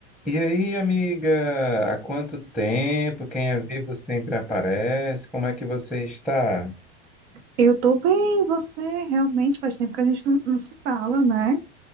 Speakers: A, in the centre; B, on the right.
A: E aí, amiga, há quanto tempo? Quem é vivo sempre aparece. Como é que você está?
B: Eu tô bem, você realmente faz tempo que a gente não, não se fala, né?